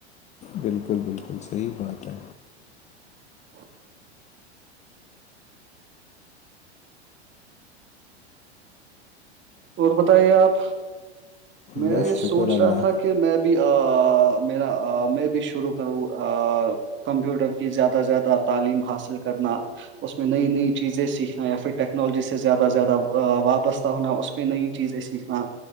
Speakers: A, on the left; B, on the right.
A: بالکل بالکل صحی بات ہے
B: <inaudible> اور بتائیے آپ میرا
A: بس
B: یہ
A: شکر
B: سوچ
A: اللہ
B: رہا تھا کہ میں بھی بھی میرا میں بھی شروع کروں کمپیوٹر کی زیادہ سے زیادہ تعلیم حاصل کرنا اس میں نئی نئی چیزیں سیکھنا یا پھر ٹیکنالوجی سے زیادہ سے زیادہ وابستہ ہونا اس پہ نئی چیزیں سیکھنا